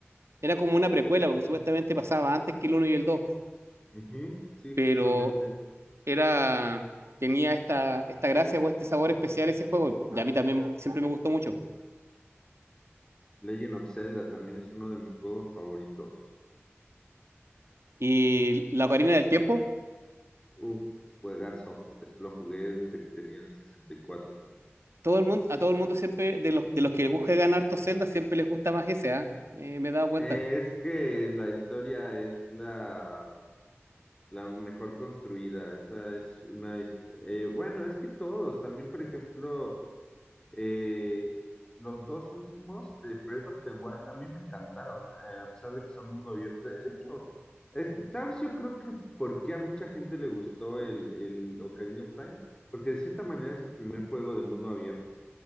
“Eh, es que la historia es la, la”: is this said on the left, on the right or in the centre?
Left